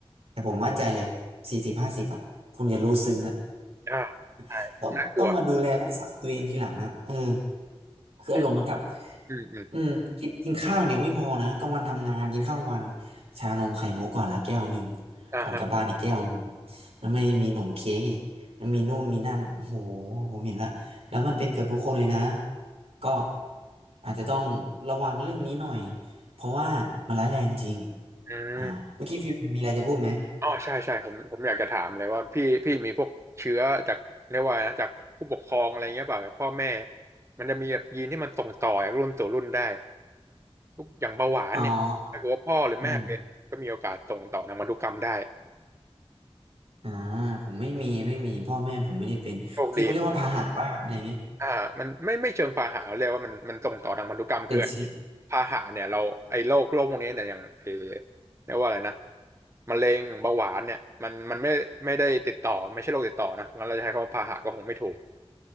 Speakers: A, on the right (about 70°); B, on the right (about 25°).
A: แต่ผมมั่นใจเลยสี่สิบห้าสิบอ่ะคุณจะรู้ซึ้งอ่ะ
B: อ่าใช่กลัว
A: <laughs> ต้องต้องมาดูแลรักษาตัวเองทีหลังอ่ะเออคืออารมณ์เหมือนกับ
B: อืมอืมอืม
A: อืมกินกินข้าวเดี๋ยวไม่พอนะกลางวันทำงานกินข้าววันชานมไข่มุกก่อนละแก้วหนึ่ง
B: อ่าฮะ
A: ก่อนกลับบ้านอีกแก้วหนึ่งแล้วไม่มีหนมเค้กอีก มีนู่นมีนั่นโอ้โหผมเห็นละแล้วมันเป็นเกือบทุกคนเลยนะก็อาจจะต้องระวังเรื่องนี้หน่อยเพราะว่ามันร้ายแรงจริง
B: อ่
A: อ่าเมื่อกี้ฟิวมีอะไรจะพูดไหม
B: าอ๋อใช่ใช่ผมผมอยากจะถามเลยว่าพี่พี่มีพวกเชื้อจากเรียกว่าอะไรนะจากผู้ปกครองอะไรเงี้ยเปล่าจากพ่อแม่มันจะมีแบบยีนที่มันส่งต่อจากรุ่นสู่รุ่นได้ทุกอย่างเบาหวานเนี่ยถ้าเกิดว่าพ่อหรือแม่เป็นก็มีโอกาสส่งต่อทางพันธุกรรมได้
A: อ๋ออืมอ่าผมไม่มีไม่มีพ่อแม่ผมไม่ได้เป็นที่เขาเรียกว่าพาหะบ้างอะไรเงี้ย
B: โชคดี อ่ามันไม่ไม่เชิงพาหะเรียกว่ามันมันส่งต่อทางพันธุกรรมคือไอ้พาหะเนี่ยเราไอ้โรคโรคพวกนี้เนี่ยอย่างไอ้
A: เป็นชิป
B: เรียกว่าอะไรนะมะเร็งเบาหวานเนี่ยมันมันไม่ไม่ได้ติดต่อไม่ใช่โรคติดต่อนะงั้นเราจะใช้คำว่าพาหะก็คงไม่ถูก